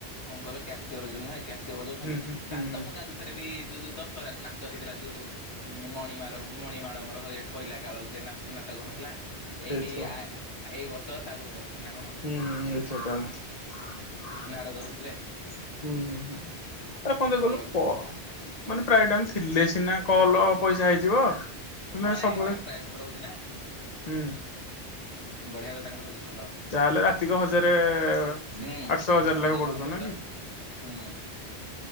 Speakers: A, on the left (about 85°); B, on the left (about 35°).
A: କଣ କହିଲେ କ୍ୟାସିୟର ଯୋଉ ନୁହେଁ କ୍କ୍ୟସିଓ ବଜଉଛନ୍ତି
B: ହୁଁ ହୁଁ ହୁଁ
A: ଆରେ
B: ହୁଁ
A: ତମ ଗାଁ ଙ୍କୁ ଥରେ ବି ଯୋ ଯୋଉ ଦଶହରାକୁ ନାଚ ହେଇଥିଲା ଯୋଉ ଉ ମଣିମା ମଣିମାଳମର ହଇ ହଇଲା କାଳ ଗୋଟେ ନାଟ ନାଟକ ନଥିଲା।
B: ହେଇଥିବ
A: ଏଇ ଏଇ ଆ ଏଇ ବର୍ଷ ତା ପୂର୍ବ ବର୍ଷ ନା କଣ।
B: ହୁଁ ହୁଁ ହେଇଥିବ ତାହେଲେ।
A: ନାରଦ ହଉଥିଲେ
B: ହୁଁ ହ ହୁଁ ଆରେ କଣ ଦେଖି
A: ଭଲ
B: କହିଲୁ
A: କରୁଥିଲେ।
B: ପ ମାନେ ପ୍ରାୟ ଟାଇମ୍ ଥିଲେ ସିନା କଲ ପଇସା ହେଇଯିବ। ମାନେ
A: ହଁ ନାଇଁ
B: ସବୁବେଳେ
A: ତାଙ୍କର ପ୍ରାୟ ସମୟ ରହୁଛି ନା
B: ହୁଁ
A: ବଢିଆ ର ତାଙ୍କର ହୋଉଛି ଭଲ।
B: ଯାହାହେଲେ ରାତିକ ହଜାରେ ଆଠଶହ
A: ହୁଁ
B: ହଜାର
A: ହଜାରେ
B: ଲେଖା ପଡୁଥିବ
A: ପନ୍ଦରଶହ
B: ନାଇ କି?
A: ହୁଁ